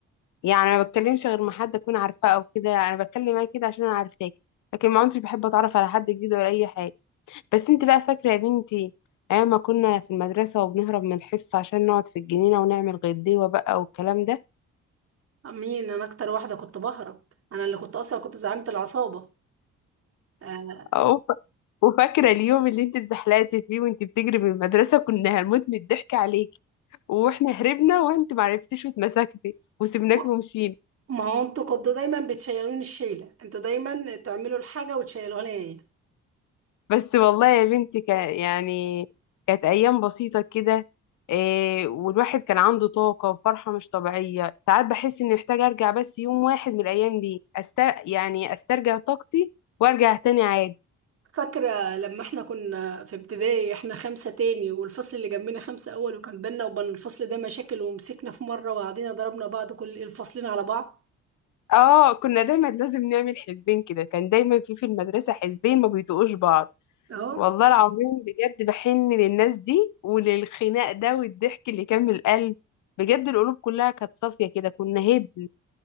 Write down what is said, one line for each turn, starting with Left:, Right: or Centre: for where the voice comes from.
Left: يعني انا ما بتكلمش غير مع حد اكون عارفاه او كده انا بتكلم معاك كده عشان انا عارفاك لكن ما كنتش بحب اتعرف على حد جديد ولا اي حاجه بس انت بقى فاكره يا بنتي ايام ما كنا في المدرسه وبنهرب من الحصه عشان نقعد في الجنينه ونعمل غديوه بقى والكلام ده
Right: مين انا اكتر واحده كنت بهرب انا اللي كنت اصلا كنت زعيمه العصابه آه
Left: وف- وفاكرة اليوم اللي انت اتزحلقتي فيه وانت بتجري من المدرسة كنا هنموت من الضحك عليكي واحنا هربنا وانت معرفتيش واتمسكتي وسبناك
Right: ما
Left: ومشينا
Right: ما هو انتوا كنتوا دايما بتشيلوني الشيله انتوا دايما تعملوا الحاجه وتشيلوها لي
Left: بس والله يا بنتي كان يعني كانت أيام بسيطة كده إيه والواحد كان عنده طاقة وفرحة مش طبيعية ساعات بحس اني محتاجة ارجع بس يوم واحد من الأيام دي أستر... يعني استرجع طاقتي وارجع تاني عادي
Right: فاكره لما احنا كنا في ابتدائي احنا خمسه تاني والفصل اللي جنبنا خمسه اول وكان بينا وبين الفصل ده مشاكل ومسكنا في مره وقعدنا ضربنا بعض كل الفصلين على بعض
Left: اه كنا دايما لازم نعمل حزبين كده كان دايما في في المدرسة حزبين ما بيطوقوش بعض
Right: اهو
Left: والله العظيم بجد بحن للناس دي وللخناق ده والضحك اللي كان من القلب بجد القلوب كلها كانت صافية كده كنا هبل